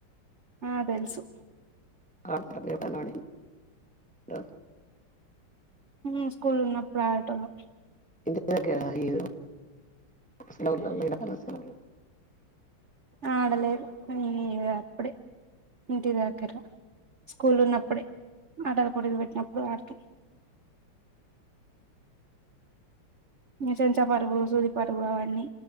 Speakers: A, on the right (about 60°); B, in the centre.
A: ఆ తెలుసు
B: <inaudible>
A: ఉమ్ స్కూల్లో ఉన్నప్పుడు అడేటోల్లం
B: ఇ ఈ సెలవుల్ల ఎండాకాలం సెలవులు
A: ఆడలేదు ఈ అప్పుడే ఇంటి దగ్గరన స్కూల్లో ఉన్నప్పుడే ఆటల పోటీలు పెట్టినప్పుడు ఆడతాం చెంచాపరుగు సూదిపరుగు అవన్నీ